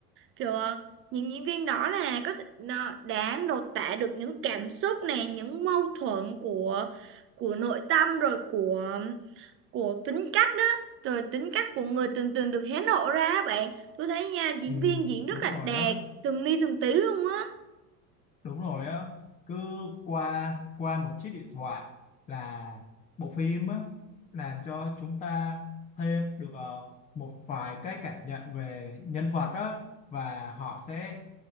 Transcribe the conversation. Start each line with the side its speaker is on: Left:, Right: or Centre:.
Right: kiểu ờ, những diễn viên đó là có thể- nó đã lột tả được những cảm xúc này những mâu thuẫn của của nội tâm rồi của của tính cách đó rồi tính cách của người từng từng được hé lộ ra á bạn tôi thấy nha diễn
Left: Ừ,
Right: viên diễn rất
Left: đúng
Right: là
Left: rồi
Right: đạt
Left: á,
Right: từng ly từng tí luôn á
Left: đúng rồi á. Cứ qua qua một chiếc điện thoại là bộ phim á làm cho chúng ta thêm được ờ, một vài cái cảm nhận về nhân vật á và họ sẽ